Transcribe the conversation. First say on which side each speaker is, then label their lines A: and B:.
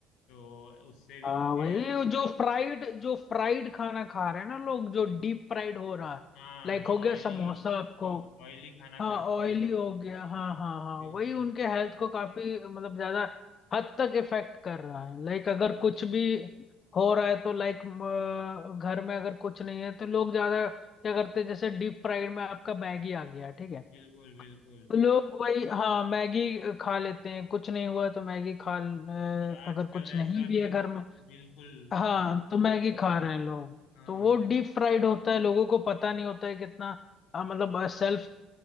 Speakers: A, on the left; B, on the left.
A: तो उससे भी
B: हाँ
A: उनके
B: वही जो फ्राइड जो फ्राइड खाना खा रहे हैं ना लोग जो डीप फ्राइड हो रहा है
A: हाँ
B: लाइक
A: जो
B: हो गया
A: ऑयली
B: समोसा आपको
A: जो ऑयली खाना
B: हाँ
A: खाते
B: ऑयली
A: हैं
B: हो गया हाँ हाँ हाँ
A: बिल्कुल
B: वही उनके हेल्थ को काफी मतलब ज्यादा हद तक इफेक्ट कर रहा है लाइक अगर
A: अ,
B: कुछ भी हो रहा है तो लाइक घर में अगर कुछ नहीं है तो लोग ज्यादा क्या करते हैं जैसे डीप फ्राइड में आपका मैगी आ गया ठीक है
A: बिल्कुल बिल्कुल
B: तो लोग वही हाँ मैगी खा लेते हैं कुछ नहीं हुआ तो मैगी खा ल-
A: और
B: अ,
A: आजकल
B: अगर कुछ नहीं
A: ऐसा
B: भी
A: भी
B: है घर में
A: बिल्कुल
B: हाँ
A: और
B: तो मैगी खा रहे हैं लोग
A: हाँ
B: तो वो डीप फ्राइड होता है लोगों को पता नहीं होता है कितना अ, मतलब सेल्फ